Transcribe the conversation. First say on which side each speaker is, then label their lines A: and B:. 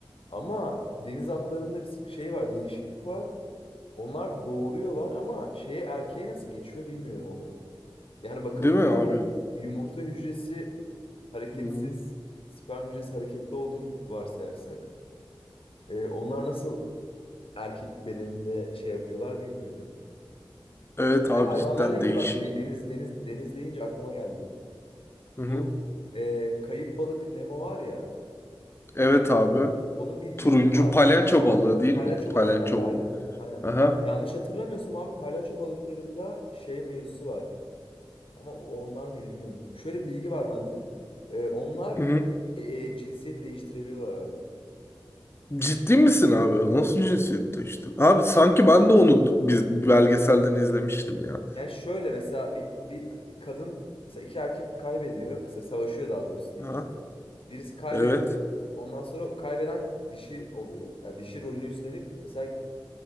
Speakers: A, on the left (about 80°); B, on the left (about 25°).
A: Ama deniz atlarında bir sık- şey var değişiklik var. Onlar doğuruyorlar ama şeye erkeğe nasıl geçiyor bilmiyorum onu. Yani bakıldığında
B: Değil mi abi?
A: hani yumurta hücresi hareketsiz,
B: Hı hı.
A: sperm hücresi hareketli olduğunu varsayarsak. e, onlar nasıl erkek bedeninde şey yapıyorlar bilmiyorum.
B: Evet abi
A: Bir de Hayvanlarla
B: cidden
A: ilgili
B: değişik.
A: bak de- deniz deniz deniz deyince aklıma geldi.
B: Hı
A: Bu
B: hı.
A: e, kayıp balık Nemo var ya
B: Evet abi.
A: onun bir cinsi
B: Turuncu
A: var.
B: palyaço balığı değil
A: Palyaço
B: miydi? Palyaço
A: balığı herhalde aynen
B: balığı.
A: aynen.
B: Aha.
A: Yanlış hatırlamıyorsam abi palyaço balıklarında şey mevzusu var. Ama onlar mıydı bilmiyorum. Şöyle bir bilgi var bende. Ee, onlar
B: Hı hı.
A: e, e, cinsiyet değiştirebiliyorlar abi.
B: Ciddi misin abi? O Nasıl cinsiyette işte? Abi sanki ben de onu biz belgeselden izlemiştim ya.
A: Yani şöyle mesela bir, bir kadın mesela iki erkek kaybediyor. Mesela savaşıyor daha doğrusu diyelim.
B: Ha?
A: Birisi kaybediyor.
B: Evet.
A: Ondan sonra o kaybeden dişi oluyor. Yani dişi rolünü üstlenip mesela